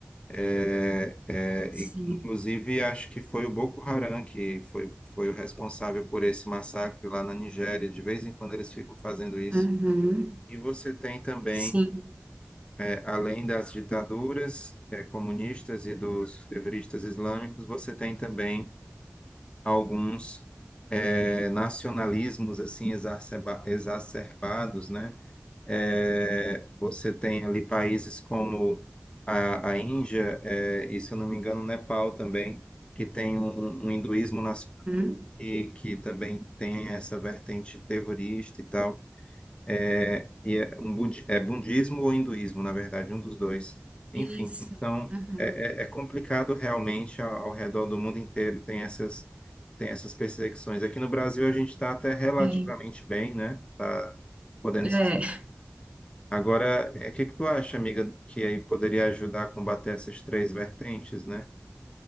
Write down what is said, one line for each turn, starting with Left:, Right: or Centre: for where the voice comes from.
Left: É, é,
Right: Sim.
Left: e, inclusive, acho que foi o Boko Haram que foi, foi o responsável por esse massacre lá na Nigéria. De vez em quando eles ficam fazendo isso.
Right: Uhum.
Left: E você tem também,
Right: Sim.
Left: é, além das ditaduras, é, comunistas e dos terroristas islâmicos, você tem também alguns, é, nacionalismos assim exacerba- exacerbados, né? É, você tem ali países como a, a Índia, é, e se eu não me engano, o Nepal também, que tem um, um um hinduísmo nas,
Right: Uhum.
Left: e que também tem essa vertente terrorista e tal. É, e é, um budi, é budismo ou hinduísmo, na verdade, um dos dois. Enfim,
Right: Isso.
Left: então
Right: Uhum.
Left: é, é é complicado realmente ao, ao redor do mundo inteiro tem essas, tem essas perseguições. Aqui no Brasil a gente está até relativamente
Right: É.
Left: bem, né? Tá podendo
Right: É.
Left: se Agora, é, o que que tu acha, amiga, que aí poderia ajudar a combater essas três vertentes, né?